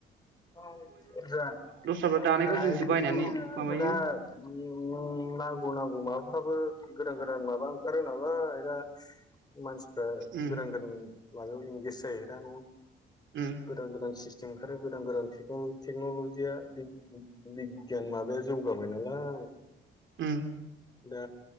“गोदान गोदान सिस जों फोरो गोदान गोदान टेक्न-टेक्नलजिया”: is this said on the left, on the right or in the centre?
Left